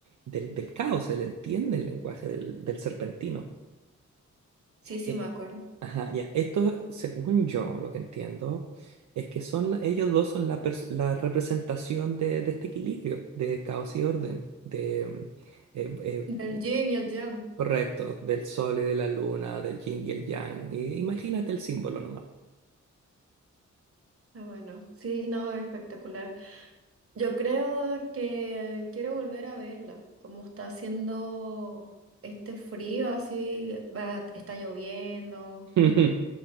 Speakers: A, on the right; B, on the right.
A: del, del caos, él entiende el lenguaje del del serpentino
B: Sí, sí,
A: eh,
B: me acuerdo.
A: ajá, ya. Esto, según yo, lo que entiendo, es que son la- ellos dos son la, pers- la representación de, de este equilibrio, de caos y orden, de, mm, eh, eh,
B: Del yin y el yang.
A: correcto, del sol y de la luna, del yin y el yang. Y imagínate el símbolo nomás.
B: Ah, bueno, sí, no, espectacular. Yo creo que quiero volver a verla. Como está haciendo este frío, así va, está lloviendo.
A: <laughs>